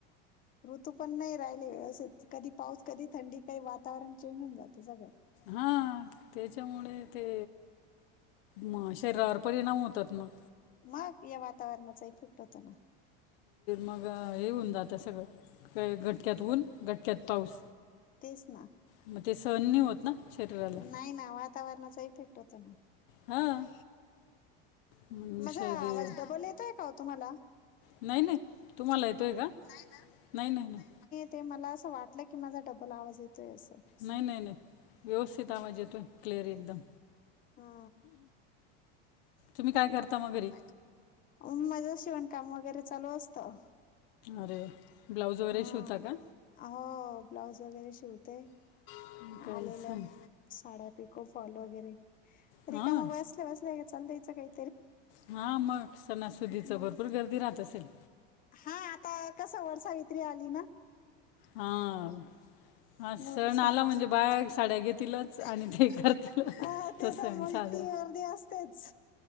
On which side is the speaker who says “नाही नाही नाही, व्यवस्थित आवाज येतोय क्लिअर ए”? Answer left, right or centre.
Left